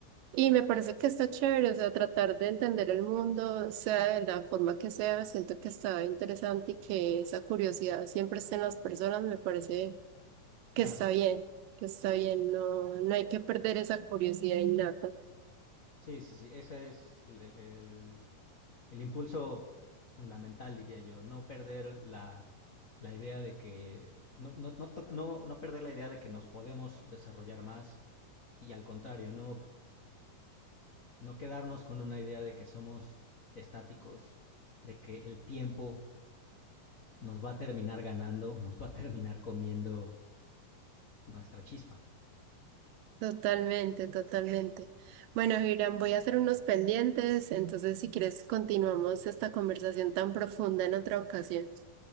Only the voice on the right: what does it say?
Y me parece que está chévere, o sea, tratar de entender el mundo, sea de la forma que sea, siento que está interesante y que esa curiosidad siempre esté en las personas, me parece que
está bien, que está bien, no, no hay que perder esa curiosidad innata.
Totalmente, totalmente. Bueno, Hiram, voy a hacer unos pendientes, entonces si quieres continuamos esta conversación tan profunda en otra ocasión.